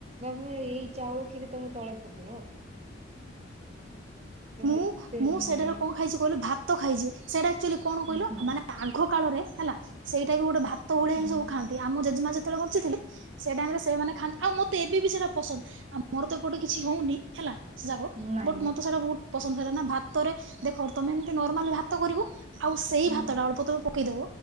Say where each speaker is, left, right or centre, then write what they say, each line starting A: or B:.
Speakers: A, on the right (about 35°); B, on the right (about 70°).
A: ତୋମେ ଏଇ ଚାଉଳ କ୍ଷୀରି ତୋମକୁ ତଳେ ପୂଜିବ।
B: ମୁଁ,
A: ଏତେ
B: ମୁଁ
A: ମାନେ
B: ସେଟାରୁ କଣ ଖାଇଛି କଇଲୁ ଭାତ ଖାଇଛି। ସେଇଟା ଏକ୍ଚୁଲି କଣ କହିଲ?
A: ହୁଁ ହୁଁ
B: ଆ, ମାନେ ଆଘକାଳରେ ହେଲା, ସେଇଟା ବି ଗୋଟେ ଭା ତ ଭଳିଆ
A: ହୁଁ
B: ହିଁ ସବୁ ଖାଆନ୍ତି। ଆମ ଜେଜେମା ଯେତେବେଳେ ବଞ୍ଚିଥିଲେ, ସେ ଟାଇମ୍ ରେ ସେମାନେ ଖାନ୍ତି। ଆଉ ମୋତେ ଏବେ ବି ସେଇଟା ପସନ୍ଦ, ଆମର ତ ଏପଟେ କିଛି ହଉନି, ହେଲା ସେ ଯାକ
A: ନାଇଁ
B: ବଟ୍ ମୋତେ ସେଇଟା ବହୁତ ପସନ୍ଦ, ସେଟା ନା ଭାତରେ ଦେଖ ତୋମେ ଏମିତି ନର୍ମାଲି ଭାତ କରିବ। ଆଉ ସେଇ
A: ହୁଁ
B: ଭାତ ଟା ଅଳ୍ପ ତୋମେ ପକେଇଦବ।